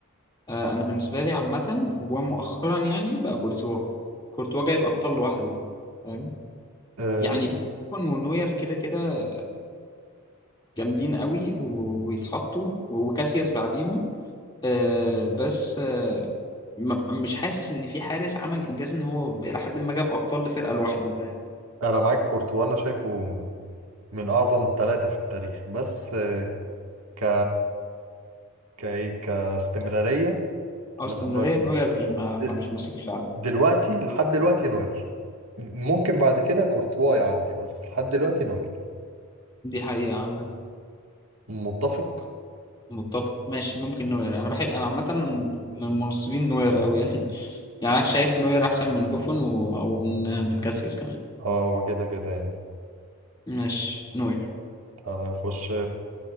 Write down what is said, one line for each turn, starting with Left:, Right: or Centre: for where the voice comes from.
Left: آه انا بالنسبة لي عامة ومؤخرا يعني بقى كورتوا كورتوا جايب ابطال لوحده فاهم
Right: أه
Left: يعني كون ونوير كده كده جامدين قوي و- ويتحطوا وكاسياس بعديهم آه، بس آه، ما- مش حاسس ان في حارس عمل انجاز ان هو لحد ما جاب ابطال لفرقه لوحده ده
Right: أنا معاك كورتوا أنا شايفه من أعظم ثلاثة في التاريخ بس آه، ك كإيه كاستمرارية
Left: او
Right: لا
Left: استمراريه
Right: نو-
Left: نوير ما مالوش
Right: د-
Left: ماسك فعلا
Right: دلوقتي لحد دلوقتي نوير ممكن بعد كده كورتوا يعدي بس لحد دلوقتي نوير
Left: دي حقيقه عامه
Right: متفق
Left: متفق ماشي ممكن نوير انا بحب انا عامه من مناصرين نوير قوي يعني <laughs> يعني انا شايف نوير احسن من بوفون و... او من من كاسياس كمان
Right: اه هو كده كده يعني
Left: ماشي نوير
Right: تعالى نخش